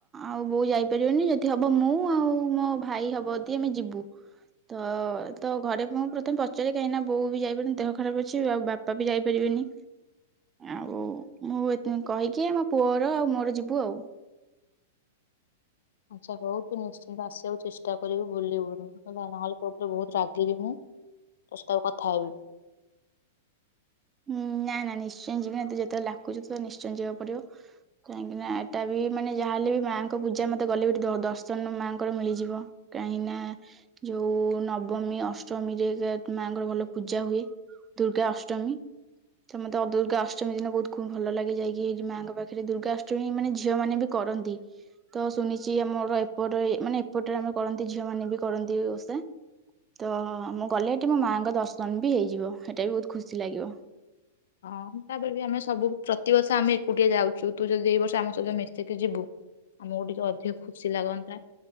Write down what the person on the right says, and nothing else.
ଆଉ ବୋଉ ଯାଇପାରିବେନି ଯଦି ହବ ମୁଁ ଆଉ ମୋ ଭାଇ ହବ ଯଦି ଆମେ ଯିବୁ। ତ ତ ଘରେ ମୁଁ ପ୍ରଥମେ ପଚାରେ କାହିଁକି ନା ବୋଉ ବି ଯାଇପାରିନି ଦେହ ଖରାପ ଅଛି। କିଛି ଆଉ ବାପା ବି ଯାଇପାରିବେନି ଆଉ। ମୁଁ ଏଥି କହିକି ଆମ ପୁଅ ପୁଅ ଆଉ ମୋର ଯିବୁ ଆଉ।
ହୁଁ ନା ନା ନିଶ୍ଚୟ ଯିବି ନା ତୁ ଯେତେବେଳେ ଡାକୁଛୁ ତୁ ନିଶ୍ଚୟ ଯିବାକୁ ପଡିବ କାହିଁକି ନା ଏଟା ବି ମାନେ ଯାହାହେଲେ ବି ମାଙ୍କ ପୂଜା ମତେ ଗଲେ ବି ସେଠି ଦର୍ଶନ ମାଙ୍କର ମିଳିଯିବ କାହିଁକି ନା ଯୋଉ ନବମୀ ଅଷ୍ଟମୀରେ ଯେ ମାଙ୍କର ଭଲ ପୂଜା ହୁଏ ଦୁର୍ଗା ଅଷ୍ଟମୀ। ତ ମତେ ଅ ଦୁର୍ଗା ଅଷ୍ଟମୀ ଦିନ ବହୁତ ଖୁବ ଭଲ ଲାଗେ ଯାଇକି ମାଙ୍କ ପାଖରେ ଦୁର୍ଗାଷ୍ଟମୀ ମାନେ ଝିଅ ମାନେ ବି କରନ୍ତି ତ ଶୁଣିଛି ଆମର ଏପଟ ମାନେ ଏପଟରେ ଆମେ କରନ୍ତି ଝିଅ ମାନେ ବି କରନ୍ତି ଓଷା ତ ମୁଁ ଗଲେ ଏଠି ମୋ ମାଆଙ୍କ ଦର୍ଶନ ବି ହେଇଯିବ ସେଟା ବି ବହୁତ ଖୁସି ଲାଗିବ